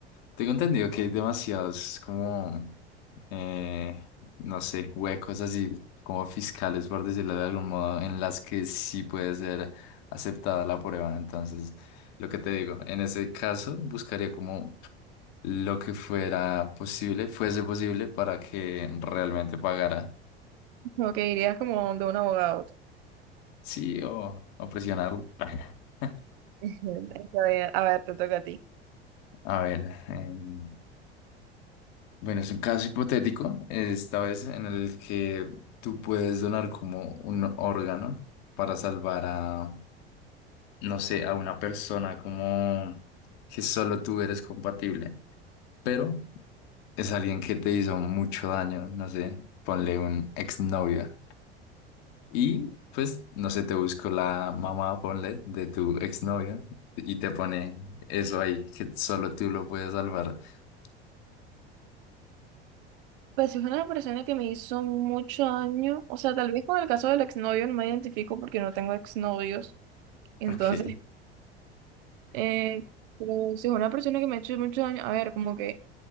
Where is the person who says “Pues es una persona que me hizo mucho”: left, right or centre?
Right